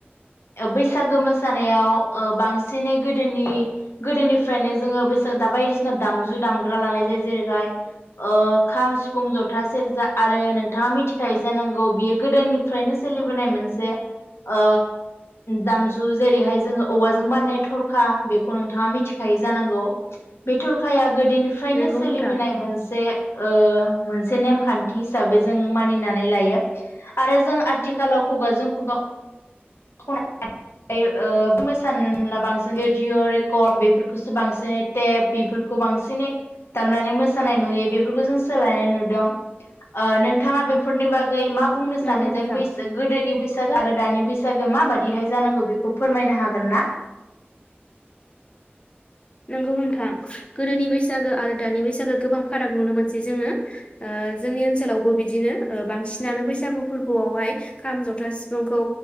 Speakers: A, on the left; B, on the left.
A: बैसागो मोसानायाव ओ बांसिनै गोदोनि गोदोनिफ्रायनो जोङो बैसागो दा बायदिसिना दामजु दामग्रा लानाय जायो जेरैहाय ओ खाम सिफुं जथा सेरजा आरो नोंथाङा मिथिखायो जानांगौ बियो गोदोनिफ्रायनो सोलिबोनाय मोनसे ओ दामजु जु जेरैहाय जोङो औवाजों बानाय थरखा बेखौ नोंथाङा मिथिखायो जानांगौ बे थरखाया गो दोनिफ्रायनो
B: नंगौ
A: सोलिबोनाय
B: नोंथां
A: मोनसे ओ मोनसे नेमखान्थि हिसाबै जों मानिनानै लायो आरो जों आ आथिखालाव खुगाजों खुगा <unintelligible> ओ मोसानो मोनला बांसिन रेडिअ' रेकर्ड बेफोरखौसो बांसिनै टेप बेफोरखौ बांसिनै दामनानै मोसानाय नुयो बेफोरखौ जों सोलायनाय नुदों ओ नोंथाङा बेफोरनि बाग गै मा बुंनो सानो
B: नंगौ नोंथां
A: जेन बैस गोदोनि बैसागो आरो दानि बैसागो माबादिहाय जानांगौ बेखौ फोरमायनो हागोनना?
B: नोंगौ नोंथां। गोदोनि बैसागो आरो दानि बैसागो गोबां फाराग नुनो मोनसै जोङो ओ जोंनि ओनसोलावबो बिदिनो ओ बांसिनानो बैसागु फोरबोआवहाय खाम जथा सिफ फुंखौ